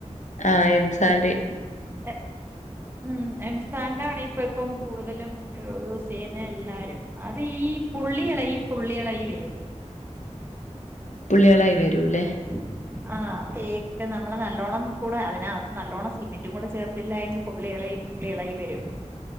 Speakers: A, on the left (about 80°); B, on the right (about 20°).
A: ആഹ് എംസാന്റ്
B: എഹ് ഉം എംസാന്റാണ് ഇപ്പം ഇപ്പം കൂടുതലും. യൂസ് ചെയ്യ്ണ എല്ലാരും അത് ഈ പുള്ളി <unintelligible> പുള്ളികളായി വെരും.
A: പുള്ളികളായി വരൂല്ലെ.
B: <inaudible> ആഹ് തേക്ക് നമ്മള് നല്ലോണം കൂടെ അതിനകത്ത് നല്ലോണ്ണം സിമെന്റും കൂടെ ചേർത്തില്ല എങ്കിൽ പുള്ളികളെ ഇളകി വെരും